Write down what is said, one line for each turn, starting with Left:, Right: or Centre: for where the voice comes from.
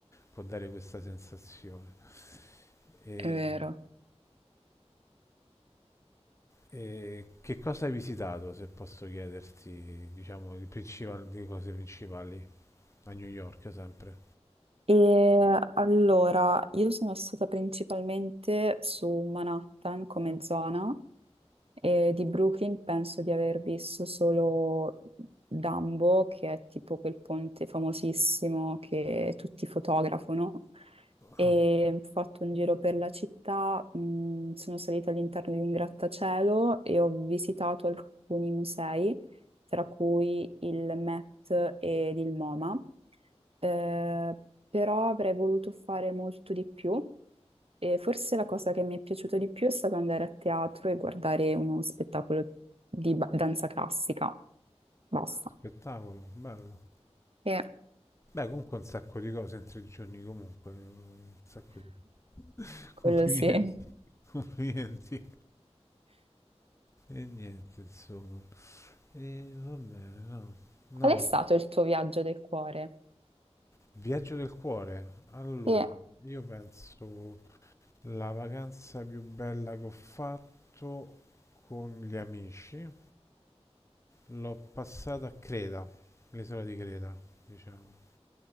Left: può dare questa sensazione. E...
Right: È vero.
Left: E che cosa hai visitato, se posso chiederti, diciamo, di, principal- di cose principali a New York sempre?
Right: E allora, io sono stata principalmente su Manhattan come zona E di Brooklyn penso di aver visto solo Dumbo, che è tipo quel ponte famosissimo che tutti fotografano.
Left: Ah,
Right: E ho fatto un giro per la città, mh, sono salita all'interno di un grattacielo e ho visitato alcuni musei, tra cui il Met ed il MoMA. Eh, però avrei voluto fare molto di più. E forse la cosa che mi è piaciuta di più è stato andare a teatro e guardare uno spettacolo di ba- danza classica. Basta.
Left: spettacolo, bello.
Right: E
Left: Beh, comunque un sacco di cose in tre giorni, comunque, un sacco di... <laughs>
Right: quello
Left: Complimenti,
Right: sì.
Left: <laughs> complimenti. E niente, insomma. E va bene, no. No,
Right: Qual è stato il tuo viaggio del cuore?
Left: viaggio del cuore. Allora,
Right: E
Left: io penso la vacanza più bella che ho fatto con gli amici. L'ho passata a Creta, l'isola di Creta, diciamo.